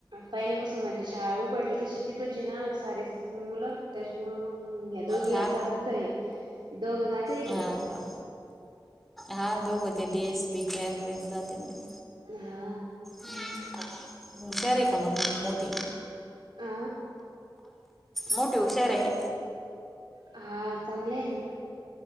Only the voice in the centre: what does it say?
हा
हा का हा दोघं ते डी एस पी चे जाते ना ते.
हम्म हुशार आहे का मग मोठी?
मोठी हुशार आहे.